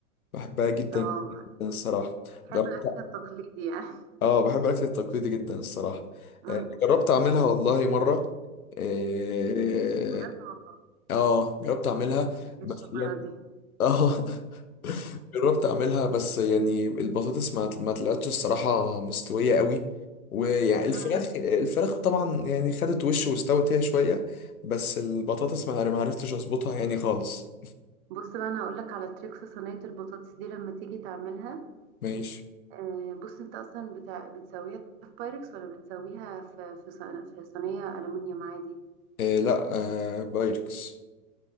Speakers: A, on the left; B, on the right.
A: بحبها جدا
B: اه
A: الصراحة
B: بتحب
A: جربت
B: الاكل التقليدي يعني
A: اه بحب الأكل التقليدي جدا الصراحة
B: أمم.
A: آه، جربت أعملها والله مرة اه
B: بجد والله
A: آه، جربت أعملها
B: ايه
A: بس
B: الشطارة
A: يعني
B: دي
A: اه <laughs> جربت أعملها بس يعني البطاطس ما ما طلعتش الصراحة مستوية قوي ويعني الفراخ
B: أمم.
A: الفراخ طبعا يعني خدت وش واستوت هي شوية بس البطاطس ما ما عرفتش أظبطها يعني خالص
B: بص بقى انا هقول لك على تريكس صينية البطاطس دي لما تيجي تعملها
A: ماشي
B: آه، بص انت اصلا بتاع بتسويها في بايركس ولا بتسويها في في ص- في صينيه الومنيوم عادي
A: آه لا آه بايركس